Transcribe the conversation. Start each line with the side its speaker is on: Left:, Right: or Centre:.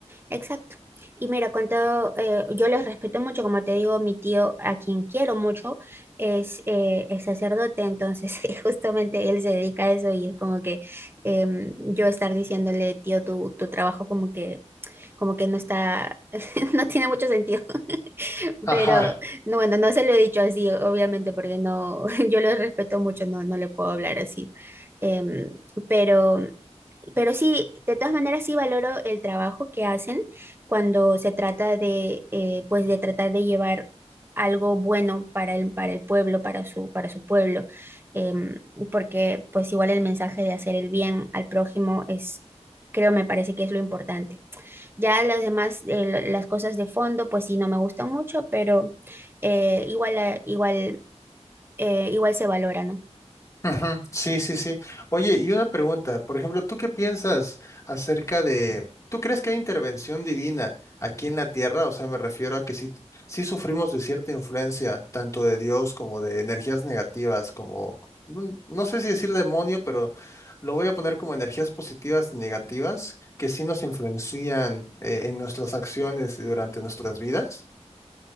Right: exacto. Y mira, con todo, eh, yo les respeto mucho, como te digo, mi tío, a quien quiero mucho, es, eh, es sacerdote, entonces <laughs> justamente él se dedica a eso y es como que em, yo estar diciéndole, tío, tu, tu trabajo como que como que no está, <laughs> no tiene mucho sentido, <laughs>
Left: Ajá.
Right: pero no, bueno, no se lo he dicho así, obviamente, porque no, <laughs> yo lo respeto mucho, no, no le puedo hablar así. Em, pero, pero sí, de todas maneras sí valoro el trabajo que hacen cuando se trata de, eh, pues de tratar de llevar algo bueno para el, para el pueblo, para su, para su pueblo, Em, porque pues igual el mensaje de hacer el bien al prójimo es, creo, me parece que es lo importante. Ya las demás, eh, lo- las cosas de fondo, pues sí, no me gustan mucho, pero eh, igual, eh, igual, eh, igual se valora, ¿no?
Left: Ujú, Sí, sí, sí. Oye, y una pregunta, por ejemplo, ¿tú qué piensas acerca de, ¿tú crees que hay intervención divina aquí en la tierra? O sea, me refiero a que sí, sí sufrimos de cierta influencia, tanto de Dios como de energías negativas, como, mm, no sé si decir demonio, pero lo voy a poner como energías positivas y negativas, que sí nos influencian eh, en nuestras acciones y durante nuestras vidas.